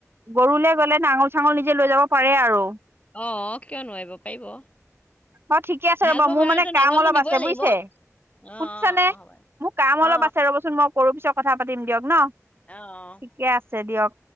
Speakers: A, on the right (about 45°); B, on the left (about 25°).
A: গৰুলে গ'লে নাঙল চাঙল নিজে লৈ যাব পাৰে আৰু।
B: অ কিয় নোৱাৰিব পাৰিব।
A: অ ঠিকে আছে
B: হাল
A: ৰ'ব,
B: বোৱা
A: মোৰ
B: মানুহেতো
A: মানে
B: নাঙলটো
A: কাম অলপ
B: নিবই
A: আছে
B: লাগিব
A: বুজিছে?
B: অ অ
A: সুনিছানে
B: অ হ'ব
A: মোৰ কাম
B: অ অ
A: অলপ আছে ৰ'বচোন মই কৰো পিছত কথা পাতিম দিয়ক ন।
B: অঁ অঁ।
A: ঠিকে আছে দিয়ক।